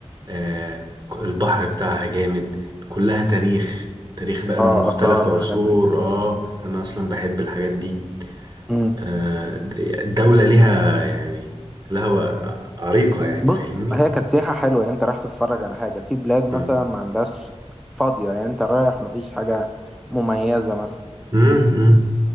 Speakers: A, on the right; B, in the centre.
A: آه، البحر بتاعها جامد كلها تاريخ تاريخ بقى
B: اه
A: من مختلف
B: آثار
A: عصور
B: وحاجات زي كده
A: اه انا اصلا بحب الحاجات دي
B: امم
A: آه، الدولة ليها يعني لها بقى عريقة يعني
B: بص
A: فاهمني
B: هي كانت سياحة حلوة يعني أنت رايح تتفرج على حاجة في بلاد مثلا
A: مم.
B: ما عندهاش فاضية يعني أنت رايح مفيش حاجة مميزة مثلا
A: مم.